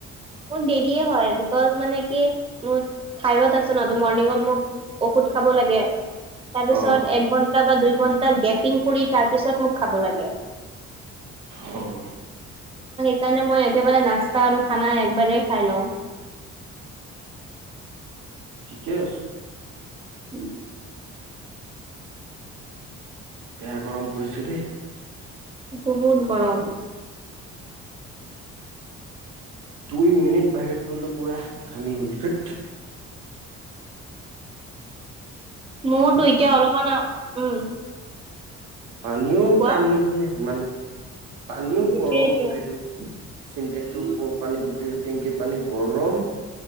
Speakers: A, on the right (about 20°); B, on the right (about 80°).
A: মোৰ দেৰিয়ে হয় বিকজ মানে কি মোৰ থাইৰত আছে ন মৰনিংঙত মোক ঔষধ খ খাব লাগে। তাৰপিছত
B: অ
A: এক ঘন্টা বা দুই ঘন্টা গেপিং কৰি তাৰপিছত মোক খাব লাগে।
B: অহ।
A: সেই কাৰণে মই একেবাৰে নাস্তা আৰু খানা একবাৰেই খাই লওঁ।
B: ঠিকে আছে।
A: উম।
B: বেয়া গৰম পৰিস্থিতি।
A: বহুত গৰম
B: দুই মিনিট। বাহিৰত গলো পুৰা ঘামি গলো ঠত
A: মোৰতো এতিয়া অলপমান উম
B: পানীও
A: কোৱা
B: কাম নিদিয়ে সিমান পানীও
A: সেইটোয়েটো
B: গৰম গোটেইটো চিন্টেক্সৰ
A: উম
B: ওপৰত পানী। টেংকিৰ পানী গৰম